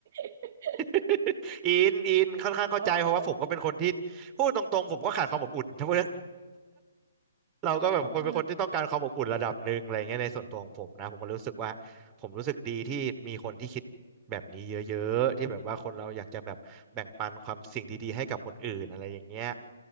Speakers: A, on the right; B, on the right.
A: <laughs>
B: <laughs> อินอินค่อนข้างเข้าใจเพราะว่าผมก็เป็นคนที่พูดตรงๆผมก็ขาดความอบอุ่นถ้าพูด
A: อ๋อ
B: เราก็แบบคนเป็นคนที่ต้องการความอบอุ่นระดับหนึ่งอะไรเงี้ยในส่วนตัวของผมนะผมก็รู้สึกว่าผมรู้สึกดีที่มีคนที่คิดแบบนี้เยอะๆที่แบบว่าคนเราอยากจะแบบแบ่งปันความสิ่งดีๆให้กับคนอื่นอะไรอย่างเงี้ย
A: อา